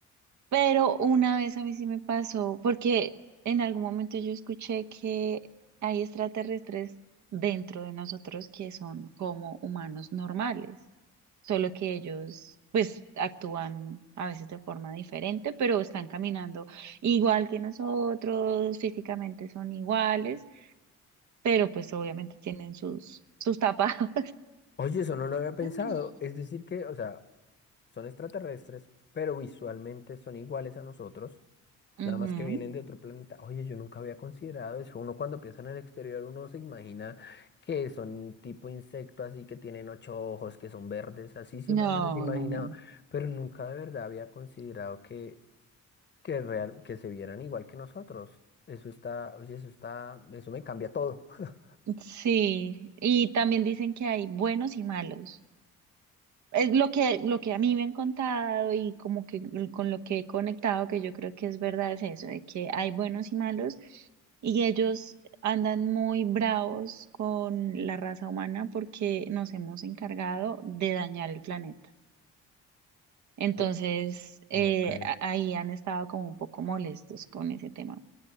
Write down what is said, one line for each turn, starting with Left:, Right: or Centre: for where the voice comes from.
Right: Pero una vez a mí sí me pasó, porque en algún momento yo escuché que hay extraterrestres dentro de nosotros que son como humanos normales, solo que ellos pues actúan a veces de forma diferente, pero están caminando igual que nosotros, físicamente son iguales, pero pues obviamente tienen sus, sus tapados.
Left: Oye, eso no lo había pensado.
Right: <laughs>
Left: Es decir que, o sea, son extraterrestres, pero visualmente son iguales a nosotros. Nada
Right: Ujú.
Left: más que vienen de otro planeta. Oye, yo nunca había considerado eso. Uno cuando piensa en el exterior, uno se imagina que son tipo insecto, así que tienen ocho ojos, que son verdes, así siempre
Right: No,
Left: me los he imaginado.
Right: no, no.
Left: Pero nunca de verdad había considerado que, que, real, que se vieran igual que nosotros. Eso está, oye, eso está, eso me cambia todo. <laughs>
Right: Sí, y también dicen que hay buenos y malos. es lo que, lo que a mí me han contado y como que mm, con lo que he conectado, que yo creo que es verdad, es eso, de que hay buenos y malos y ellos andan muy bravos con la raza humana porque nos hemos encargado de dañar el planeta. Entonces,
Left: No,
Right: eh,
Left: Ok,
Right: a- ahí han estado como un poco molestos con ese tema.